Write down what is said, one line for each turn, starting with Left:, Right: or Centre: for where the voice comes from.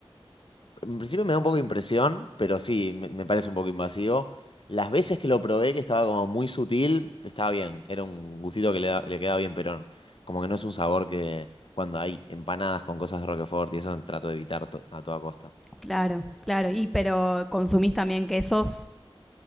Left: En principio me da un poco de impresión, pero sí, me, me parece un poco invasivo. Las veces que lo probé, que estaba como muy sutil, estaba bien. Era un gustito que le, da- le quedaba bien, pero como que no es un sabor que cuando hay empanadas con cosas de Roquefort y eso trato de evitar to- a toda costa.
Centre: Claro, claro. Y pero consumís también quesos